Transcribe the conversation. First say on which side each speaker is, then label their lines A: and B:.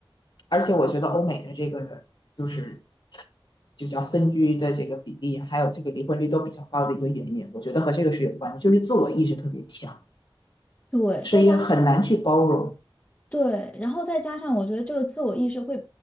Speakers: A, on the left; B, on the left.
A: 而且我觉得欧美的这个就是就叫分居的这个比例，还有这个离婚率都比较高的一个原因，我觉得和这个是有关的，就是自我意识特别强，
B: 对，
A: 所以很难去包容。
B: 再加上。对，然后再加上我觉得这个自我意识会